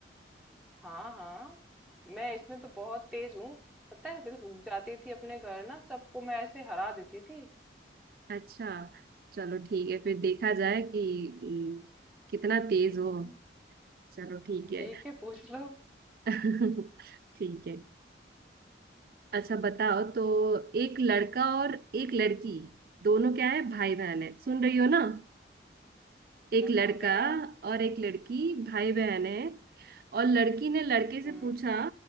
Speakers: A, in the centre; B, on the right.
A: हाँ हाँ मैं इसमें तो बहुत तेज हूँ पता है जब जाती थी अपने घर ना सबको मैं ऐसे हरा देती थी
B: अच्छा चलो ठीक है फिर देखा जाए कि अम, कितना तेज
A: हम्म
B: हो
A: हम्म,
B: चलो ठीक है
A: ठीक है पूछ लो
B: <laughs> ठीक है अच्छा बताओ तो एक लड़का और एक लड़की दोनों क्या है भाई बहन है सुन
A: हम्म
B: रही हो ना एक
A: मैं
B: लड़का
A: सुन रही हूँ
B: और एक लड़की भाई बहन है और लड़की ने लड़के से
A: हम्म
B: पूछा